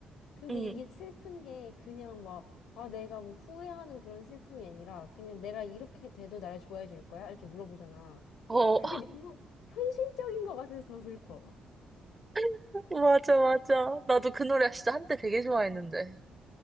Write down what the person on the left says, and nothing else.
근데
이게 슬픈 게 그냥 막, 아, 내가 뭐 후회하는 그런 슬픔이 아니라 그냥 내가 이렇게 돼도 나를 좋아해 줄 거야? 이렇게 물어보잖아.
그게 너무 현실적인 것 같아서 더 슬퍼.